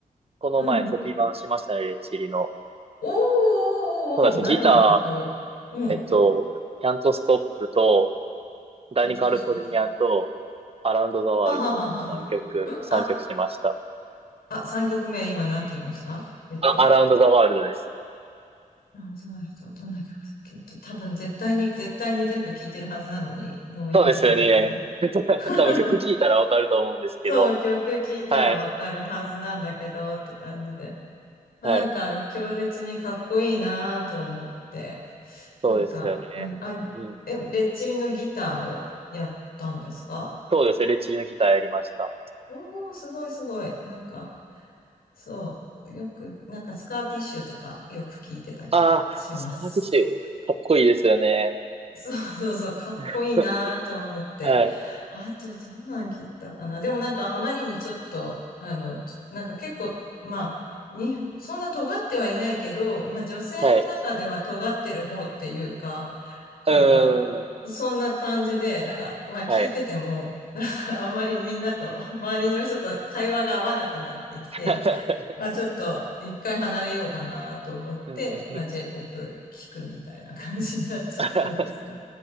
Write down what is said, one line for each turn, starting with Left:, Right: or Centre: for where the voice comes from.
Right: この前コピー版しましたね、
Left: うん。
Right: レッチリの。
Left: おーおーおーおー、
Right: そうなんですよ。
Left: 何の曲をうん。
Right: ギター、えっと、キャントストップと、ダニカルフォルニアと、
Left: キャントストップ。
Right: アラウンドザワールドの3曲、
Left: ははははは。んあ、
Right: 3曲しました。
Left: あ、3曲目今何て言いましたえっと。
Right: あ、アラウンドザワールドです。
Left: ランズワルトどんな曲だっけえっと、多分絶対に、絶対に全部聴いてるはずなのに、もう今出てこない。
Right: そうですよね。<laughs>
Left: <laughs>
Right: 多分曲聴いたらわかると思うんですけど。
Left: そう、曲聴いたらわかるはずなんだけど、
Right: はい。
Left: って感じで。まあ、
Right: はい。
Left: なんか、強烈にかっこいいなと思って、なんか、
Right: そうですよね。
Left: うん、あ、
Right: うん。
Left: え、レッチリのギターをやったんですか
Right: そうですよね。レッチリのギターやりました。
Left: おー、すごいすごい。なんか、そう、よく、なんかスカーティッシュとかよく聴いてた気がします。
Right: ああ、スカーティッシュ。かっこいいですよね。
Left: そう <laughs> そうそう、かっこいいなと思って。
Right: <laughs> はい。
Left: あと、どんなん切ったかな。でもなんかあまりにちょっと、あの、ちょなんか結構、まあ、に、そんな尖ってはいないけど、まあ女性の中では尖ってる方っていうか、
Right: はい。
Left: なんか、
Right: うーん。
Left: そんな感じで、なんか、まあ聞いてても、
Right: はい。
Left: <laughs> あんまりみんなと、周りの人と会話が合わなくなってきて、
Right: <laughs>
Left: まあちょっと一回離れようかなと思って、
Right: うん。
Left: まあ J-POP 聞くみたいな感じになっちゃったんですけど。
Right: <laughs>